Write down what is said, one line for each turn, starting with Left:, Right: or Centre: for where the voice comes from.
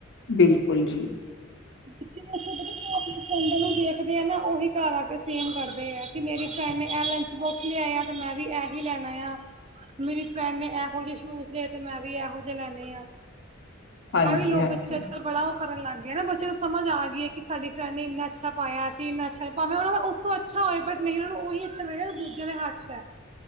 Left: ਬਿਲਕੁਲ ਜੀ।
Right: ਬ <unintelligible> ਅਪਨੇ ਫ੍ਐਂਡਾ ਨੂੰ ਦੇਖਦੇ ਏ ਨਾ ਉਹੀ ਘਰ ਆ ਕੇ ਸੇਮ ਕਰਦੇ ਆ ਕਿ ਮੇਰੀ ਫਰਡ ਨੇ ਇਹ ਲੰਚ ਬੋਕਸ ਲਿਆਏ ਆ ਤੇ ਮੈਂ ਵੀ ਏਹੀ ਲੈਨਾ ਆ ਮੇਰੀ ਫਰੈਂਡ ਨੇ ਇਹੋ ਜੇ ਸ਼ੂਜ ਲੇ ਤੇ ਮੈਂ ਵੀ ਇਹੋ ਜਹੇ ਲੈਨੇ ਆ।
Left: ਹਾਂਜੀ-ਹਾਂਜੀ,
Right: ਐ ਵੀ ਲੋਕ ਬੱਚੇ ਅੱਜ ਕੱਲ ਬੜਾ ਕਰਨ ਲੱਗ ਗਏ ਨਾ ਬੱਚੇ ਨੂੰ ਸਮਝ ਆ ਗੀ ਈ ਏ ਕਿ ਸਾਡੀ ਫਰੈਂਡ ਨੇ ਏਨਾ ਅੱਛਾ ਪਾਇਆ ਐ ਤੇ ਏਨਾ ਅੱਛਾ ਭਾਵੇਂ ਉ <unintelligible> ਦਾ ਉਸ ਤੋਂ ਅੱਛਾ ਹੋਏ ਬਟ ਨਹੀਂ ਉਹਨੂੰ ਉਹੀ ਅੱਛਾ ਮਿਲੇਗਾ ਦੋ ਦੂਜੇ ਦੇ ਹੱਥ ਚ ਐ